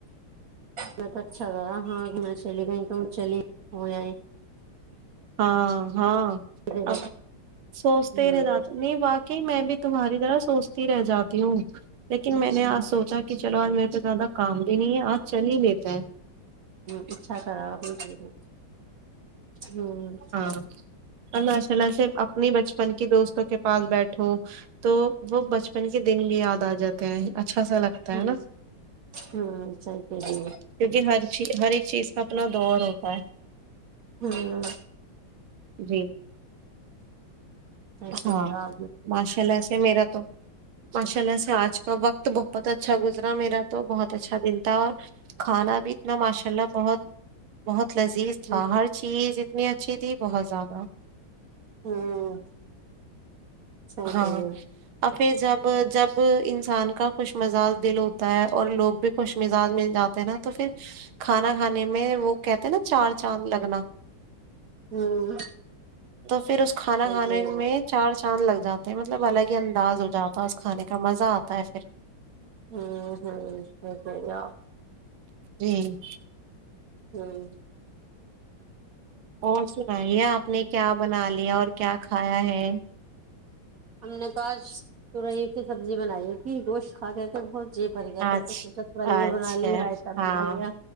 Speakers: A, on the right; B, on the right.
A: میں تو اچھا گا ہاں گھ <inaudible> چلے گئے تو چلی ہو جیں
B: ہاں ہاں
A: ہوں
B: اب سوچتے
A: ہوں
B: رہ جاتے نہیں واقعی میں بھی تمہاری طرح سوچتی رہ جاتی ہوں لیکن میں نے آج سوچا کہ چلو آج میرے پہ زیادہ کام بھی نہیں ہے آج چل ہی لیتے ہے
A: اچھا کرا آپ نے ہوں ہوں
B: ہاں اور ماشاءاللہ سے اپنی بچپن کی دوستوں کے پاس بیٹھوں تو وہ بچپن کے دن بھی یاد آ ج جاتے ہے اچھا سا لگتا
A: ہمم
B: نا
A: ہمم صحیح کہہ رہی ہو
B: کیونکہ ہر ہر ایک چیز کا اپنا دور ہوتا ہے
A: ہمم
B: جی
A: صحیح کہہ
B: ہاں
A: رہے ہو آپ بالکل
B: ماشاء اللہ سے میرا تو ماشاء اللہ سے آج کا وقت بہت اچھا گزرا میرا تو بہت اچھا دل تھا اور کھانا بھی اتنا ماشاء اللہ بہت بہت لذیذ تھا
A: ہوں
B: ہر چیز اتنی اچھی تھی بہت زیادہ
A: ہوں صحیح
B: ہاں
A: کہہ رہے
B: پھر جب جب انسان کا خوش مزاج دل ہوتا ہے اور لوگ بھی خوش مزاج مل جاتے نا تو پھر کھانا کھانے میں وہ کہتے ہیں نا چار چاند لگنا
A: ہو ہوں صحیح
B: تو پھر اس کھانا
A: کہہ
B: کھانے
A: رہے ہو
B: میں چار چ شان لگتا جاتے ہیں مطلب الگ ہی انداز ہو جاتا ہے اس کھانے سے کا مزہ آتا ہے پھر
A: ہوں ہوںحییا
B: جی
A: ہوں
B: اور سنائیے آپ آپ نے کیا بنا لیا اور کیا کھایا ہے
A: ہم نے تو آج تورئی کی سبزی بنائی تھی گوشت کھا کے کے بہت جی بھر گیا
B: آج
A: تھا تو سوچا تھوڑا یہ
B: اچھا
A: بنا لیں رائتا
B: ہاں
A: بنا لیا